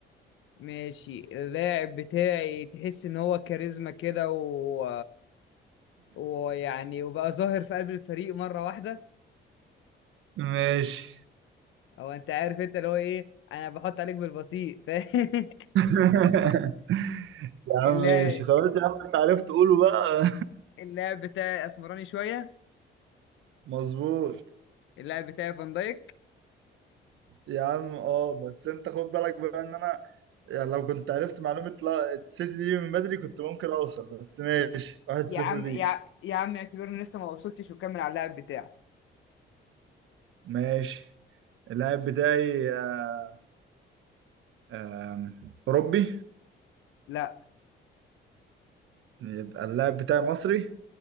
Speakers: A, on the left (about 80°); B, on the right (about 80°).
A: ماشي اللاعب بتاعي تحس ان هو كاريزما كده و... ويعني وبقى ظاهر في قلب الفريق مرة واحدة
B: ماشي
A: او انت عارف انت اللي هو ايه انا بحط عليك بالبطيء <laughs> فاهم؟
B: <laughs> يا عم
A: اللاعب
B: ماشي خلاص يا عم انت عرفت تقوله بقى
A: اللاعب بتاعي اسمراني شوية
B: <laughs> مظبوط
A: اللاعب بتاعي فان دايك
B: يا عم اه بس انت خد بالك بقى ان انا يعني لو كنت عرفت معلومة لا السيتي دي من بدري كنت ممكن اوصل بس ماشي واحد
A: يا
B: صفر
A: عم
B: ليك
A: يا, ع- يا عم اعتبرني لسه ما وصلتش وكمل على اللاعب بتاعك
B: ماشي اللاعب بتاعي آه، آم، اوروبي
A: لا
B: يبقى اللاعب بتاعي مصري